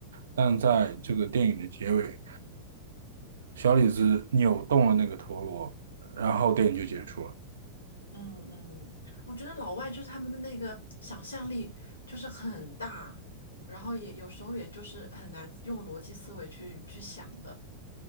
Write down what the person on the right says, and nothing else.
但在这个电影的结尾，小李子扭动了那个陀螺，然后电影就结束了。